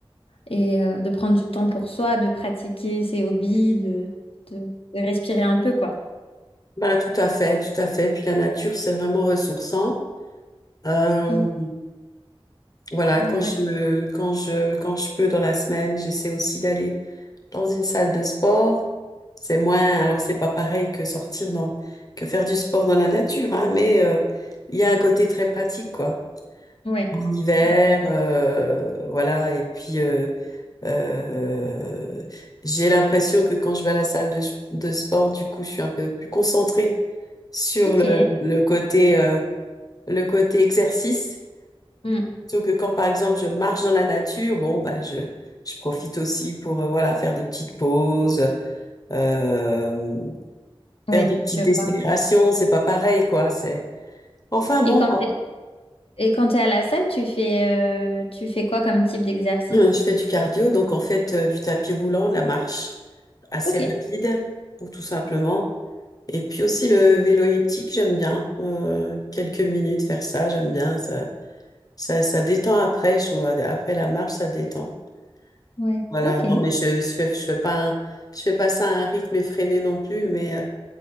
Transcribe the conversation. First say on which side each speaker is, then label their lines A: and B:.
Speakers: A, on the left; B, on the left.
A: et euh, de prendre du temps pour soi, de pratiquer ses hobbies, de, de, de respirer un peu, quoi.
B: Ben, tout à fait, tout à fait. Puis la nature, c'est vraiment ressourçant. Euh,
A: Mm.
B: voilà,
A: Ouais.
B: quand je, quand je, quand je peux dans la semaine, j'essaie aussi d'aller dans une salle de sport. C'est moins, alors c'est pas pareil que sortir dans, que faire du sport dans la nature, hein, mais euh, il y a un côté très pratique, quoi.
A: Ouais.
B: En hiver,
A: Ouais, ouais.
B: euh, voilà, et puis euh, euh, j'ai l'impression que quand je vais à la salle de, de sport, du coup, je suis un peu plus concentrée sur
A: Ok.
B: le, le côté, euh, le côté exercice.
A: Mm.
B: Plutôt que quand, par exemple, je marche dans la nature, bon, ben, je, je profite aussi pour, euh, voilà, faire des petites pauses, euh,
A: Ouais,
B: faire des petites
A: je vois.
B: décélérations, c'est pas pareil, quoi, c'est... Enfin, bon,
A: Et quand t'es, et quand t'es à la salle, tu fais, euh, tu fais quoi comme type d'exercice?
B: euh, <clears throat> je fais du cardio, donc en fait, euh, du tapis roulant, la marche assez
A: Ok.
B: rapide, ou tout simplement. Et puis aussi le vélo elliptique, j'aime bien. Euh, quelques minutes faire ça, j'aime bien. Ça, ça, ça détend après, je trouve. Après la marche, ça détend.
A: Ouais.
B: Voilà,
A: Ok.
B: non, mais je, je, fais- je fais pas un- je fais pas ça à un rythme effréné non plus, mais, euh,